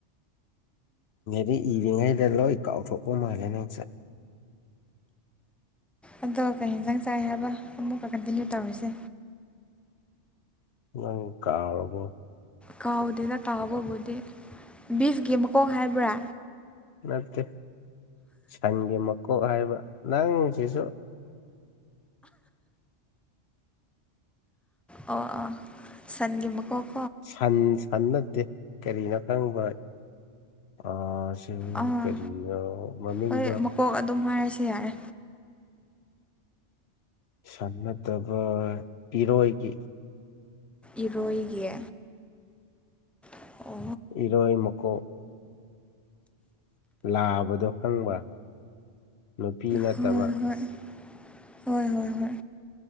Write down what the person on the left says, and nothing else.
ꯗꯤ ꯏꯔꯤꯉꯩꯗ ꯂꯣꯏ ꯀꯥꯎꯊꯣꯛꯄ ꯃꯥꯜꯂꯦ ꯅꯪꯁꯦ
ꯅꯪ ꯀꯥꯔꯕꯣ
ꯅꯠꯇꯦ ꯁꯟꯒꯤ ꯃꯀꯣꯛ ꯍꯥꯏꯕ ꯅꯪ ꯆꯁꯨ
ꯁꯟ ꯁꯟ ꯅꯠꯇꯦ ꯀꯔꯤꯅꯣ ꯈꯪꯕ ꯑ ꯑ
ꯀꯔꯤꯅ ꯃꯃꯤꯡꯗ
ꯁꯟ ꯅꯠꯇꯕ ꯄꯤꯔꯣꯏꯒꯤ
ꯎ ꯏꯔꯣꯏ ꯃꯀꯣꯛ ꯂꯥꯕꯗꯣ ꯈꯪꯕ ꯅꯨꯄꯤ ꯅꯠꯇꯕ